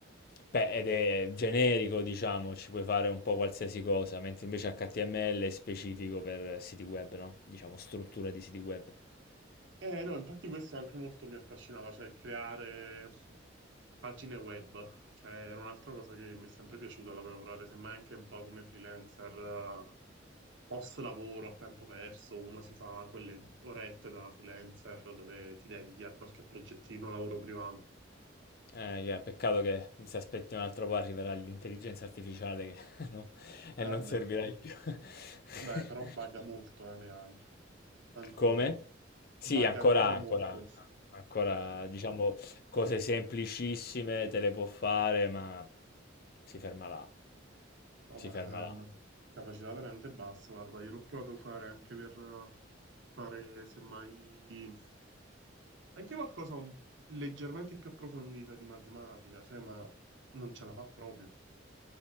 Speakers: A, on the left; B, on the right.
A: beh, ed è generico, diciamo, ci puoi fare un po' qualsiasi cosa, mentre invece HTML è specifico per siti web, no? Diciamo, struttura di siti web.
B: Eh, no, infatti questo anche molto mi affascinava, cioè creare pagine web, cioè era un'altra cosa che mi è sempre piaciuta da lavorare, semmai anche un po' come freelancer, eh, post lavoro a tempo perso, uno si fa quelle orette da freelancer dove ti dedichi a qualche progettino, lavoro privato.
A: Eh, yeah, peccato che se aspetti un altro po' arriverà l'intelligenza artificiale che <laughs> non, e
B: Eh,
A: non
B: Vabbè,
A: servirai più. <laughs>
B: dai, però bugga molto eh, le AI, ancora,
A: Come? Sì,
B: bugga
A: ancora
B: ancora
A: ancora
B: molto.
A: ancora
B: Eh,
A: diciamo cose semplicissime te le può fare, ma si ferma là.
B: no,
A: Si
B: ma
A: ferma là.
B: ehm, capacità veramente bassa, guarda, io l'ho provato a usare anche per... eh, fare semmai anche qualcosa un- leggermente più approfondita di matematica, cioè, ma non ce la fa proprio.